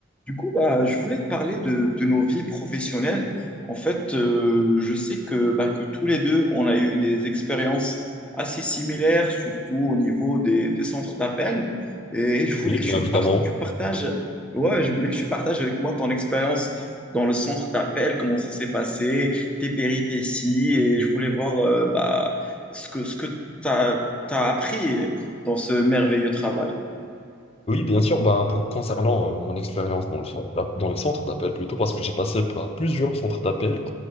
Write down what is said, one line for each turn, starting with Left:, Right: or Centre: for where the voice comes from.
Centre: Du coup, bah, je voulais te parler de, de nos vies professionnelles. En fait, euh, je sais que, bah, que tous les deux, on a eu des expériences assez similaires, surtout au niveau des, des centres d'appel. Et je voulais
Left: Oui,
Centre: que
Left: bien
Centre: tu
Left: évidemment.
Centre: me par- tu partages, ouais, je voulais que tu partages avec moi ton expérience dans le centre d'appel, comment ça s'est passé, tes péripéties. Et je voulais voir, euh, bah, ce que, ce que tu as appris dans ce merveilleux travail.
Left: Oui, bien sûr, ben, p- concernant euh, mon expérience dans le centre d'app- dans les centres d'appel plutôt, parce que j'ai passé par plusieurs centres d'appel.